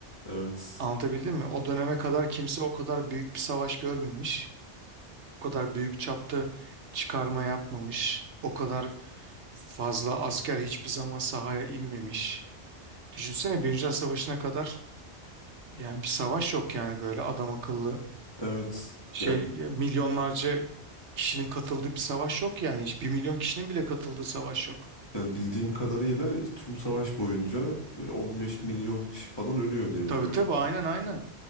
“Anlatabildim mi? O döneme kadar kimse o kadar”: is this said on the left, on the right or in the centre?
Right